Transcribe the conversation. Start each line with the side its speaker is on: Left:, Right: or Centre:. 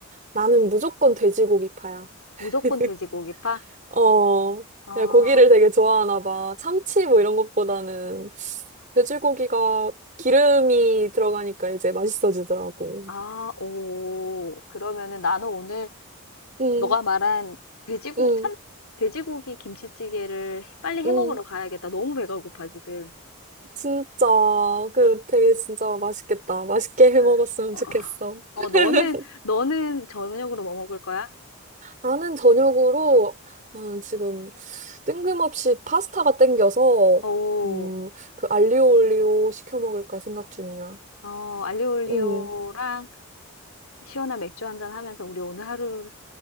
Right: 나는 무조건 돼지고기파야. <laughs>
Left: 무조건 돼지고기파?
Right: 어,
Left: 아,
Right: 야, 고기를 되게 좋아하나 봐. 참치 뭐 이런 것보다는 돼지고기가 기름이 들어가니까 이제 맛있어지더라고.
Left: 아, 오. 그러면은 나는 오늘
Right: 응,
Left: 너가 말한 돼지고,
Right: 응,
Left: 참, 돼지고기 김치찌개를 빨리
Right: 응.
Left: 해 먹으러 가야겠다. 너무 배가 고파, 지금.
Right: 진짜, 그
Left: 나-
Right: 되게 진짜 맛있겠다. 맛있게 해
Left: 아,
Right: 먹었으면
Left: 어,
Right: 좋겠어.
Left: 어,
Right: <laughs>
Left: 너는, 너는 저녁으로 뭐 먹을 거야?
Right: 나는 저녁으로 음, 지금 뜬금없이 파스타가 땡겨서
Left: 오,
Right: 음, 그 알리오 올리오 시켜 먹을까 생각 중이야.
Left: 어, 알리오 올리오랑
Right: 음.
Left: 시원한 맥주 한잔 하면서 우리 오늘 하루